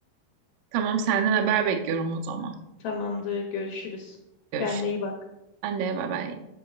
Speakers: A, on the right; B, on the left.
A: Tamam senden haber bekliyorum o zaman.
B: Tamamdır. Görüşürüz.
A: Görüşürüz.
B: Kendine iyi bak.
A: Ben de bay bay.